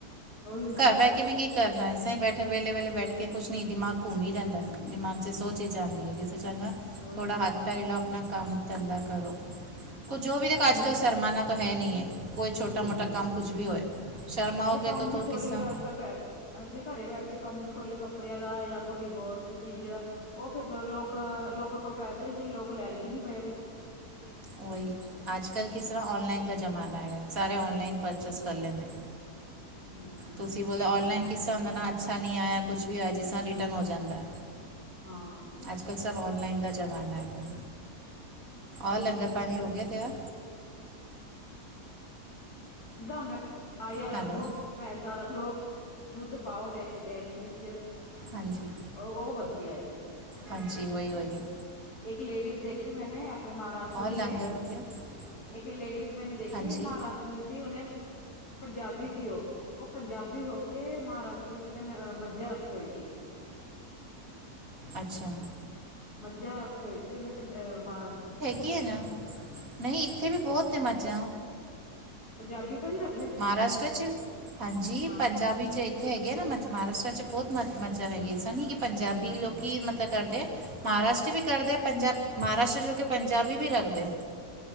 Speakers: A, on the left (about 75°); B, on the right (about 60°).
A: ਉਹੀ ਨਾ
B: ਘਰ ਬਹਿ ਕੇ ਵੀ ਕੀ ਕਰਨਾ ਇਸੇ ਹੀ ਬੈਠੇ ਵੇਲੇ- ਵੇਲੇ ਬੈਠ ਕੇ ਕੁਛ ਨਹੀਂ ਦ ਦਿਮਾਗ ਘੁੰਮ ਹੀ ਜਾਂਦਾ
A: ਹੂੰ
B: ਦਿਮਾਗ 'ਚ ਸੋ ਚੀਜ਼ਾਂ ਆਉਂਦੀ ਹੈ ਇਸ ਤੋਂ ਚੰਗਾ
A: ਉਹੀ
B: ਥੋੜ੍ਹਾ
A: ਨਾ
B: ਹੱਥ ਪਹਿਰੀ ਲਓ ਆਪਣਾ ਕੰਮ ਧੰਦਾ ਕਰੋ ਕੁ ਜੋ ਵੀ ਦੇਖੋ
A: ਉਹ
B: ਅੱਜ ਕੱਲ੍ਹ ਸ਼ਰਮਾਣਾਉ ਤਾਂ ਹੈ ਨਹੀਂ ਹੈ ਕੋਈ ਛੋਟਾ
A: ਹੂੰ
B: ਮੋਟਾ ਕੰਮ ਕੁਛ ਵੀ ਹੋਏ ਸ਼ਰਮਾਓਗੇ
A: ਜੇ ਕੰਮ
B: ਤਾਂ ਤੂੰ
A: ਵੀ ਖੋਲੀਏ
B: ਕਿਸ ਤਾਂ
A: ਅੱਜ ਕੱਲ ਪੈ ਜੇ ਘਰੇ ਬੈਠ ਕੇ ਕੰਮ ਵੀ ਖੋਲੀਏ ਕੱਪੜਿਆਂ ਦਾ ਜਾਂ ਕੋਈ ਹੋਰ ਕੋਈ ਚੀਜ਼ ਦਾ ਉਹ ਫਿਰ ਲੋਕ ਲੋਕਾਂ ਕੋਲ ਪੈਸਾ ਹੀ ਨਹੀਂ ਲੋਕ ਲੈਂਦੇ ਹੀ ਨੀ ਪਏ ਕੁਛ
B: ਉਹੀ ਅੱਜ ਕੱਲ੍ਹ ਕਿਸ ਤਰ੍ਹਾਂ ਔਨਲਾਈਨ ਦਾ ਜ਼ਮਾਨਾ ਹੈਗਾ ਸਾਰੇ ਔਨਲਾਈਨ ਪਰ ਪਰਚੇਸ ਕਰ ਲੈਂਦੇ
A: ਹਮ
B: ਤੁਸੀਂ ਬੋਲਦੇ ਔਨਲਾਈਨ ਕਿੱਸਾ ਹੁੰਦਾ ਨਾ ਅੱਛਾ ਨਹੀਂ ਆਇਆ ਕੁਝ ਵੀ ਹੋਇਆ ਜਿਸ ਤਰ੍ਹਾਂ ਰਿਟਰਨ ਹੋ ਜਾਂਦਾ
A: ਹਾਂ
B: ਅੱਜ ਕੱਲ੍ਹ ਸਭ ਔਨਲਾਈਨ ਦਾ ਜ਼ਮਾਨਾ ਹੈਗਾ ਔਰ ਲੰਗਰ ਪਾਣੀ ਹੋ ਗਿਆ ਤਿਆਰ
A: ਸਿੱਧਾ ਮੈਂ ਆਇਆ ਰੱਖ
B: ਹੈਲੋ
A: ਲੋੋ ਮੈਸਾ ਰੱਖ ਲੋ ਦੁੱਧ ਪਾਓ ਡੇ ਡੇਅਰੀ ਵਿੱਚ
B: ਹਾਂਜੀ
A: ਉਹ ਵਧੀਆ ਏ
B: ਹਾਂਜੀ ਉਹੀ ਵਾਲੀ-
A: ਇੱਕ ਲੇਡੀਜ਼ ਦੇਖੀ ਮੈਂਨੇ ਆਪਣੇ ਮਹਾਰਾਸ਼ਟਰ
B: ਔਰ
A: ਦੀ
B: ਲੰਗਰ
A: ਹੈ
B: ਹੋ ਗਿਆ <inaudible> <inaudible>
A: ਇੱਕ ਲੇਡੀਜ਼ ਮੈਂਨੇ ਦੇਖੀ
B: ਹਾਂਜੀ
A: ਮਹਾਰਾਸ਼ਟਰ ਦੀ ਸੀ ਉਹਨੇ ਪੰਜਾਬੀ ਸੀ ਉਹ, ਉਹ ਪੰਜਾਬੀ ਹੋ ਕੇ ਮਹਾਰਾਸ਼ਟਰ ਵਿੱਚ ਉਹਨੇ ਮੱਝਾਂ ਰੱਖੇ ਹੋਏ ਸੀ।
B: ਅੱਛਾ
A: ਮੱਝਾਂ ਰੱਖੇ ਹੋਏ ਸੀ ਉਹਨੇ ਪੰਜਹ ਮਹਾਰਾਸ਼ਟਰ ਵਿੱਚ
B: ਕੀ ਨਾ, ਨਹੀਂ ਇੱਥੇ ਵੀ ਬਹੁਤ ਨੇ ਮੱਝ
A: ਪੰਜਾਬੀ ਤਾਂ ਨਹੀਂ ਰੱਖਦੇ
B: ਮਹਾਰਾਸ਼ਟਰ 'ਚ ਹਾਂਜੀ
A: ਹਾਂ
B: ਪੰਜਾਬੀ 'ਚ ਇੱਕ ਇੱਥੇ ਹੈਗੇ ਹੈ ਨਾ ਮ ਮਹਾਰਾਸ਼ਟਰ 'ਚ ਬਹੁਤ ਮਜ ਮੱਝਾਂ ਹੈਗੀ ਸਨ। ਕਿ ਪੰਜਾਬੀ ਲੋਕ ਮਤਲਬ ਕਰਦੇ ਮਹਾਰਾਸ਼ਟਰੀ ਵੀ ਕਰਦੇ ਪੰਜਾਬ ਮਹਾਰਾਸ਼ਟਰ ਜੋ ਕਿ ਪੰਜਾਬੀ ਵੀ ਰੱਖਦੇ